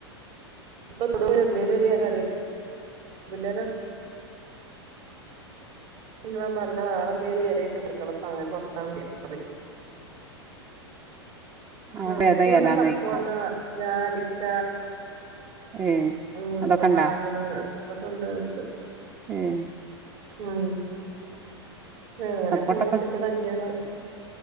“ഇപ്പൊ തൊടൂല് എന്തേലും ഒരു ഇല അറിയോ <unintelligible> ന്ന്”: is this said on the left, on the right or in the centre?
Right